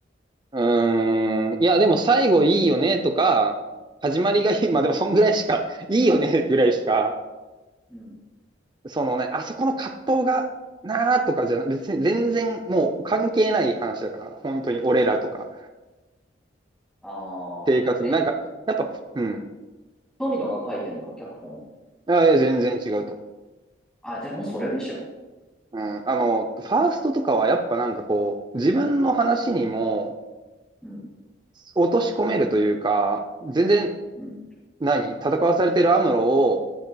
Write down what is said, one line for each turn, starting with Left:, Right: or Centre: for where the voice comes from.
Right: うーん。いや、でも最後いいよねとか、始まりがいい。
Centre: うん、
Right: まあでもそんぐらいしか、<laughs> いいよねぐらいしか、
Centre: うん。
Right: そのね、あそこの葛藤がなーとかじゃな、別に全然もう関係ない話だから、本当に俺らとか
Centre: ああ。
Right: 生活に。
Centre: え、
Right: なんか、やっぱ、うん。
Centre: 富野が書いてんの脚本。
Right: いやいや、全然違うと。
Centre: あ、じゃあもうそれでしょ。
Right: うん。あの、ファーストとかはやっぱなんかこう、自分の話にも、
Centre: うん、
Right: 落とし込めるというか、全然、
Centre: うん、
Right: 何、戦わされてるアムロを、